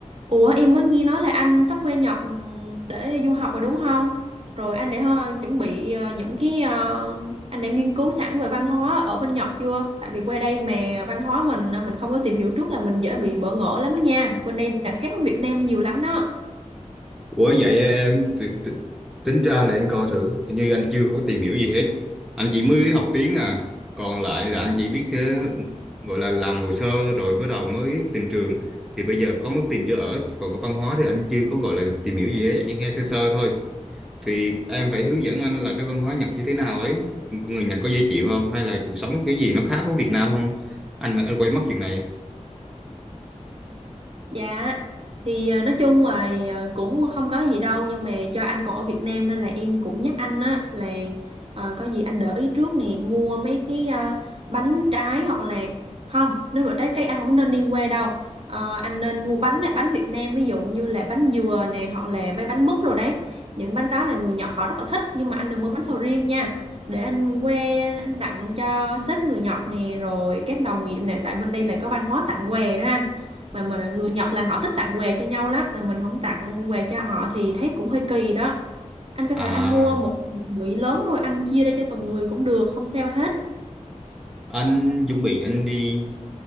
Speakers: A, on the right; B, in the centre.
A: Ủa em mới nghe nói là anh sắp qua Nhật để du học rồi đúng không? Rồi anh đã ho- chuẩn bị ờ, những cái ờ, anh đã nghiên cứu sẵn về văn hóa ở bên Nhật chưa? Tại vì qua đây mà văn hóa mình ờ, mình không có tìm hiểu trước là mình dễ bị bỡ ngỡ lắm đó nha. Bên đây là khác với Việt Nam nhiều lắm đó.
B: Ủa vậy em t- t- tính ra là em coi thử hình như anh chưa có tìm hiểu gì hết anh chỉ mới học tiếng à còn lại là anh chỉ biết ờ, gọi là làm hồ sơ rồi bắt đầu mới tìm trường thì bây giờ có mức tìm chỗ ở còn cái văn hóa thì anh chưa có gọi là tìm hiểu gì hết anh chỉ nghe sơ sơ thôi thì em phải hướng dẫn anh là cái văn hóa Nhật như thế nào ấy con người Nhật có dễ chịu không hay là cuộc sống cái gì nó khác với Việt Nam không anh anh quay mất chuyện này
A: Dạ, thì à, nói chung là à, cũng không có gì đâu nhưng mà do anh còn ở Việt Nam nên là em cũng nhắc anh á là ờ, có gì anh để ý trước nè mua mấy cái à, bánh trái hoặc là không nếu mà trái cây anh không nên đi qua đâu Ờ, anh nên mua bánh á, bánh Việt Nam ví dụ như là bánh dừa nè hoặc là mấy bánh mứt rồi đấy những bánh đó là người Nhật họ rất là thích nhưng mà anh đừng mua bánh sầu riêng nha để anh qua anh tặng cho sếp người Nhật nè rồi các đồng nghiệp nè tại bên đây là có văn hóa tặng quà đó anh mà mình người Nhật là họ thích tặng quà cho nhau lắm mà mình không tặng quà cho họ thì thấy cũng hơi kỳ đó anh có
B: à
A: thể anh mua một một bụi lớn rồi anh chia ra cho từng người cũng được không sao hết
B: anh chuẩn bị anh đi